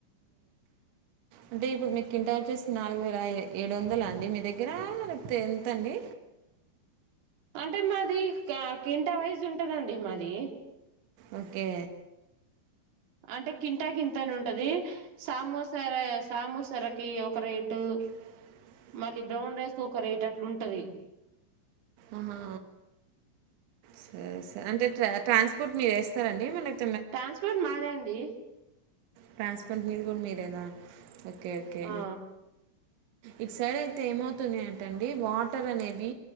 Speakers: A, on the right (about 70°); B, on the right (about 85°).
A: అంటే ఇప్పుడు మీ కింటా వచ్చేసి నాలుగు వేల ఏడు వందల అండి మీ దగ్గర దగ్గర <unintelligible> అతే ఎంతండి
B: అంటే మాది క్వింటా వైజ్ ఉంటదండి మాది
A: ఓకే
B: అంటే కింటా కింతని ఉంటది సామోసర సామోసరకి ఒక రేటు
A: అ
B: మళ్ళీ బ్రౌన్ రైస్ ఒక రేట్ అట్ల ఉంటది
A: ఆహా సరే సరే అంటే ట్రాన్స్పోర్ట్ మీరు ఏస్తారండి మన కి
B: ట్రాన్స్ పోర్ట్ మాదే అండి
A: ట్రాన్స్ పోర్ట్ మీది కూడ మీదేనా ఓకే ఓకే
B: ఆ
A: ఇట్ సైడ్ అయితే ఏమవుతుంనాయంటే అండి వాటర్ అనేవి